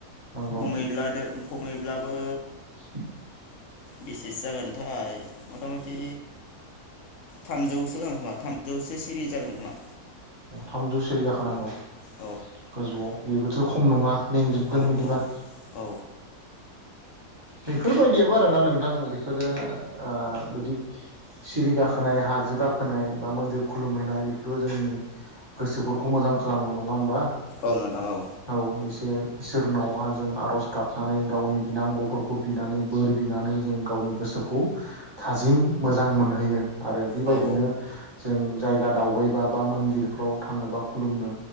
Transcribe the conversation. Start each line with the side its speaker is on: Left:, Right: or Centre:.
Right: नंगौ
Left: खमैबला दो खमै ब्लाबो
Right: <inaudible>
Left: बेसेसो जागोनथाय मता मति थामजौसो जागोन खोमा थामजौसो सिरि जागोन खोमा।
Right: थामजौ सिरि गाखोनांगौ।
Left: औ
Right: गोजौआव बेबोथ खम नङा मेंजोबगोन
Left: औ
Right: बिदिबा।
Left: औ औ
Right: बेफोरबायदियाबो आरोना नोंथां बेफोरो ओ बिदि सिरि गाखोनाय हाजो गाखोनाय बा मन्दिर खुलुमहैनाय बेफोरो जोंनि गोसोफोरखौ मोजां खालामो नङा होमबा?
Left: औ नोंथां औ
Right: औ एसे इसोरनावहा जों आरज गाबनानै गावनि बिनांगौफोरखौ खौ बिनानै बोर बिनानै जों गावनि गोसोखौ थाजिम मोजां मोनहोयो। आरो बेबायदिनो
Left: औ
Right: जों जायगा दावबायबा बा मन्दिरफ्राव थाङोबा खुलुमनो